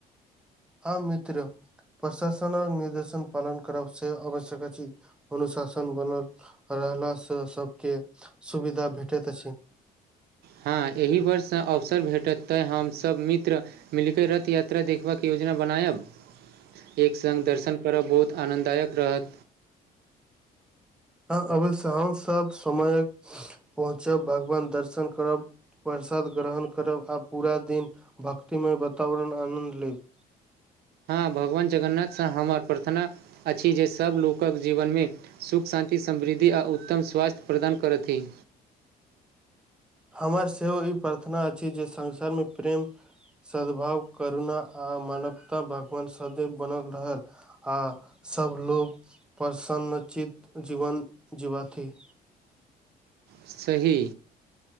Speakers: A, in the centre; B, on the right (about 70°).
A: हँ मित्र पशासनक निर्देशन पालन कर से आवश्यक छै अनुशासन बनल रहलास स सबके सुविधा भेटैत अछि
B: हँ एहि वर्षसँ अवसर भेटत तैँ हमसभ मित्र मिली क रथ यात्रा देखबाके योजना बनायब एक सङ्ग दर्शन करब बहुत आनन्ददायक रहत
A: ह अबस हमसभ समय पहुँचब भगवान दर्शन करब प्रसाद ग्रहण करब आ पूरा दिन भक्तिमय वातावरण आनन्द लेब
B: हँ भगवान जगन्नाथसँ हमर प्रार्थना अछि जे सभ लोकक जीवनमे सुख शान्ति समृद्धि आ उत्तम स्वास्थ्य प्रदान करथि
A: हमर सेहो ई प्रर्थना अछि जे संसारमे प्रेम सद भाव करुणा आ मानवता भगवान सदैव बनल रहल आ सब लोग प्रसन्नचित जीवन जीवाथि
B: सही